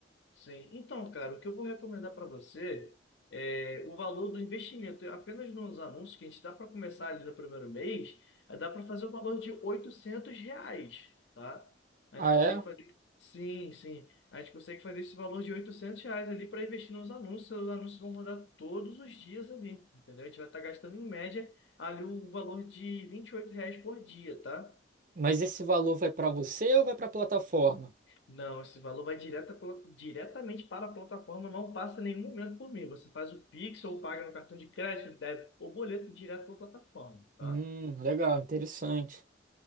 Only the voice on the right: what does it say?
Ah,
é?
Mas esse valor vai para você ou vai para a plataforma?
Hum, legal, interessante.